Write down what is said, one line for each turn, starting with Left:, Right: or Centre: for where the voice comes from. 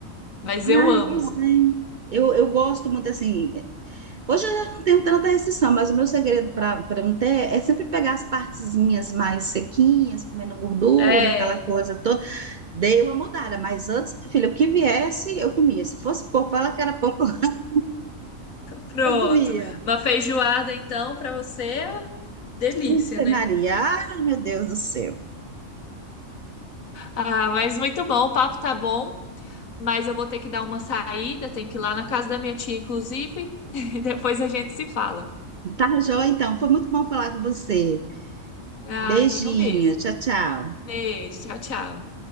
Left: Mas
Right: Ai,
Left: eu amo.
Right: pois é. Eu, eu gosto muito assim. Hoje eu já não tenho tanta restrição, mas o meu segredo para para não ter é sempre pegar as partezinhas mais sequinhas, comendo gordura,
Left: É,
Right: aquela coisa toda. Dei uma mudada, mas antes, filha, o que viesse, eu comia. Se fosse pouco, fala que era pouco, <laughs>
Left: pronto.
Right: eu comia.
Left: Uma feijoada, então, pra você, é delícia,
Right: Ave
Left: né?
Right: Maria, ai meu Deus do céu.
Left: Ah, mas muito bom. O papo tá bom. mas eu vou ter que dar uma saída, tenho que ir lá na casa da minha tia, inclusive, <laughs> e depois a gente se fala.
Right: Tá, joia, então. Foi muito bom falar com você.
Left: Ah,
Right: Beijinho,
Left: digo mesmo.
Right: tchau, tchau.
Left: Beijo, tchau, tchau.